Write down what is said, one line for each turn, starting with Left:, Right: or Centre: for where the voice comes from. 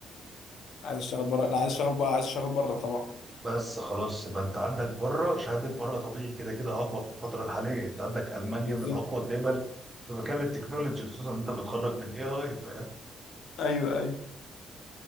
Left: عايز اشتغل بره لا عايز اشتغل بقى عايز اشتغل بره طبعا
Right: بس خلاص يبقى انت عندك بره شهاده بره طبيعي كده كده اقوى في الفتره الحاليه انت عندك المانيا
Left: بالظبط
Right: من اقوى الدول في مجال التكنولوجي خصوصا انت بتخرج من اي اي فاهم
Left: ايوه ايوه